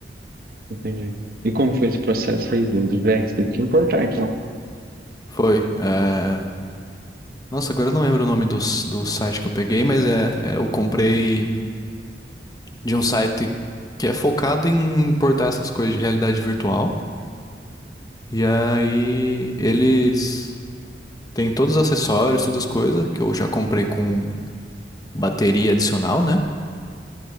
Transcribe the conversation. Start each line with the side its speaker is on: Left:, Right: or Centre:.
Right: Entendi. E como foi esse processo aí do, do VR? Você teve que importar, então.
Left: Foi. é, Nossa, agora eu não lembro o nome do, s- do site que eu peguei, mas é, é, eu comprei de um site que é focado em importar essas coisas de realidade virtual. E aí eles Tem todos os acessórios, todas as coisas que eu já comprei com bateria adicional, né?